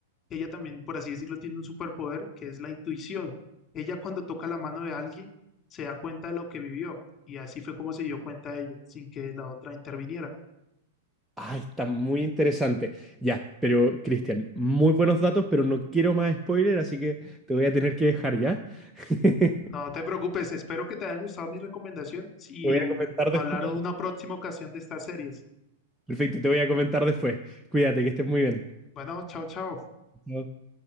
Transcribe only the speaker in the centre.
Ah, está muy interesante. Ya, pero Cristian, muy buenos datos, pero no quiero más spoiler, así que te voy a tener que dejar ya. <laughs>
Te voy a comentar después.
Perfecto, te voy a comentar después. Cuídate, que estés muy bien.
Chao.